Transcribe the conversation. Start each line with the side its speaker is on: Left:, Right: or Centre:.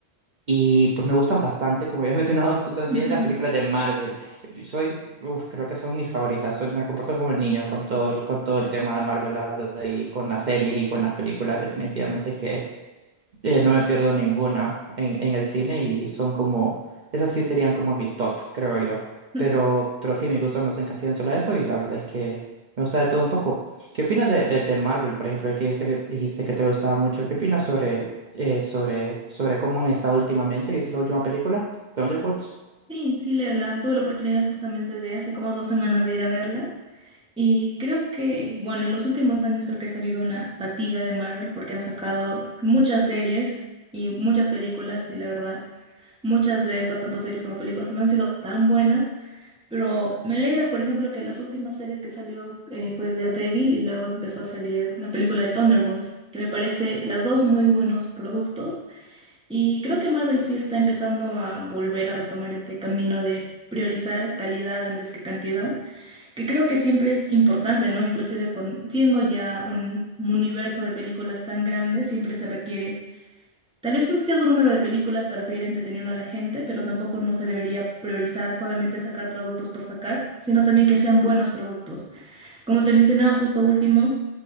Right: Y pues me gustan bastante, como ya <laughs> mencionabas tú también,
Centre: bien.
Right: las películas de Marvel. Yo Soy, uf, creo que son mis favoritas. Soy, me comporto como el niño con todo, el- con todo el tema de Marvel, la verdad, y con las series y con las películas, definitivamente que eh, no me pierdo ninguna en, en el cine y son como, esas sí serían como mi top, creo yo.
Centre: <laughs>
Right: Pero, pero sí, mis gustos no se encasillan solo a eso y la verdad es que me gusta de todo un poco. ¿Qué opinas de, de, de Marvel, por ejemplo, ya que dijiste que, dijiste que te gustaba mucho? ¿Qué opinas sobre, eh, sobre, sobre cómo han estado últimamente? ¿Viste la última película, Thunderbolts?
Centre: Sí, sí, la, la- tuve la oportunidad justamente de hace como dos semanas de ir a verla y creo que, bueno, en los últimos años creo que se ha habido una fatiga de Marvel porque han sacado muchas series y muchas películas y la verdad, muchas de estas, tanto series como películas, no han sido tan buenas, pero me alegra, por ejemplo, que las últimas series que salió eh, fue Daredevil y luego empezó a salir la película de Thunderbolts, que me parece las dos muy buenos productos. Y creo que Marvel sí está empezando a volver a retomar este camino de priorizar calidad antes que cantidad, que creo que siempre es importante, ¿no? Inclusive cuando, siendo ya un universo de películas tan grande, siempre se requiere tal vez un cierto número de películas para seguir entreteniendo a la gente, pero tampoco no se debería priorizar solamente sacar productos por sacar, sino también que sean buenos productos. Como te mencionaba justo último,